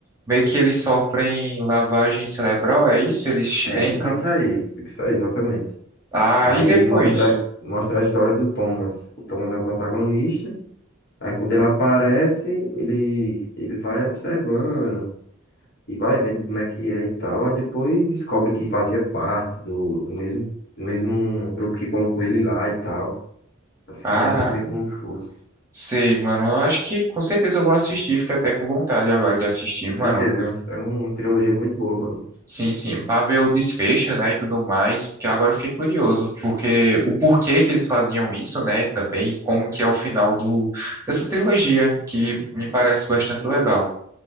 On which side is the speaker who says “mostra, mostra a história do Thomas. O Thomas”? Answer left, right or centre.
Left